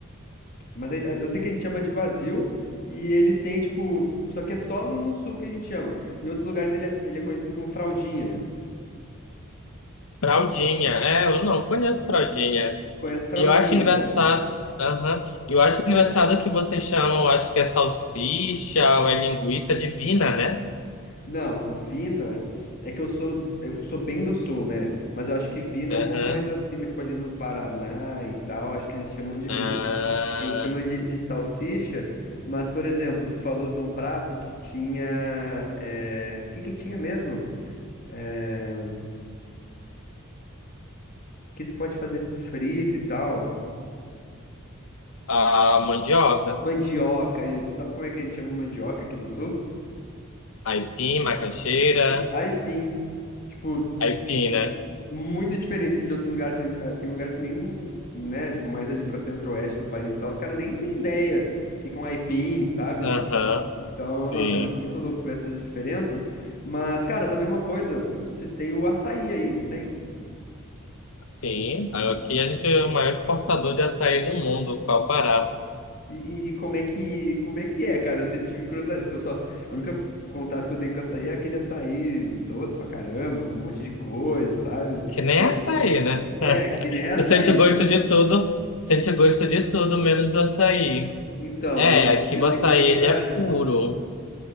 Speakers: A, on the left; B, on the left.
A: Mas aí- eu sei que a gente chama de vazio e ele tem, tipo. Só que é só no, no sul que a gente chama. Em outros lugares ele é, ele é conhecido como fraldinha.
B: fraldinha. É, eu não conheço fraldinha.
A: Conhece fraldinha,
B: E eu acho engraçado.
A: né?
B: Aham. Eu acho engraçado que vocês chamam, acho que é salsicha ou é linguiça divina, né?
A: Não, Vina é que eu sou, é que eu sou bem do sul, né? Mas eu acho que Vina
B: Aham.
A: é um pouco mais acima, tipo ali no Paraná e tal, acho que eles chamam de
B: Ah,
A: Vina. Que a gente chama de, de salsicha, mas por exemplo, tu falou de um prato que tinha, é, o que que tinha mesmo? é, que tu pode fazer frita e tal.
B: a mandioca.
A: Mandioca, isso. Sabe como é que a gente chama mandioca aqui no sul?
B: Aipim, macaxeira.
A: Aipim. Tipo,
B: Aipim,
A: m-
B: né?
A: muito diferente assim, de outros lugares. A gente- ah, Tem lugares que nem, né? Tipo, mais ali pro centro-oeste do país e tal. Os caras nem têm ideia o que que é um aipim, sabe?
B: Aham,
A: Então,
B: sim.
A: nossa, é muito louco ver essas diferenças. Mas, cara, também uma coisa, vocês têm o açaí aí, não tem?
B: Sim. Aqui a gente é o maior exportador de açaí do mundo, qual o Pará.
A: E, e- e como é que, como é que é, cara? Eu sempre tive curiosidade, porque eu só, a única contato que eu tenho com açaí é aquele açaí doce pra caramba, com um monte de coisa, sabe?
B: Que nem
A: E
B: é
A: eu-
B: açaí, né?
A: é,
B: <laughs>
A: que nem açaí.
B: Tu sente o gosto de tudo, sente o gosto de tudo, menos do açaí.
A: Então,
B: É,
A: e eu,
B: aqui
A: e
B: o
A: eu
B: açaí
A: tenho curiosidade.
B: ele é puro.